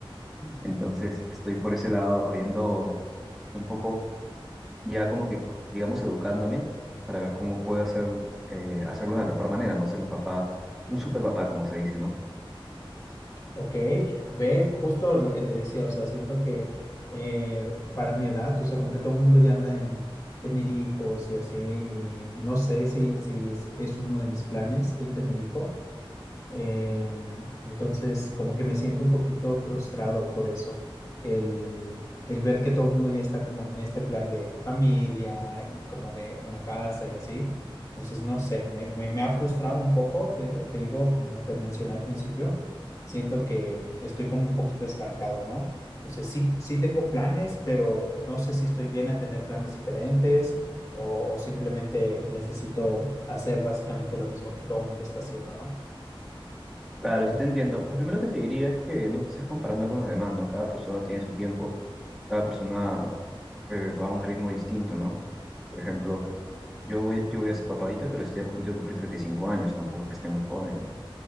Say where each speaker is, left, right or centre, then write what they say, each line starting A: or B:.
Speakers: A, in the centre; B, on the left.
A: entonces estoy por ese lado yendo un poco, ya como que, digamos, educándome para ver cómo puedo hacer, eh, hacerlo de la mejor manera, no ser un papá, un super papá, como se dice, ¿no?
B: Ok, ve justo lo que te decía, o sea, siento que eh, para mi edad, o sea, como que todo el mundo ya anda en tener hijos y así, y no sé si, si es es uno de mis planes el tener hijo, Em, entonces, como que me siento un poquito frustrado por eso. El, el ver que todo el mundo ya está como en este plan de familia y como de una casa y así. Entonces, no sé, me, me, me ha frustrado un poco, te, te digo, como te mencioné al principio, siento que estoy como un poquito estancado, ¿no? Entonces, sí, sí tengo planes, pero no sé si estoy bien al tener planes diferentes o, o simplemente necesito hacer básicamente lo mismo que todo el mundo está haciendo, ¿no?
A: Claro, sí te entiendo. Lo primero que te diría es que no te estés comparando con los demás, ¿no? Cada persona tiene su tiempo, cada persona eh, va a un ritmo distinto, ¿no? Por ejemplo, yo voy, yo voy a ser papá ahorita, pero estoy a punto de cumplir 35 años, tampoco es que esté muy joven.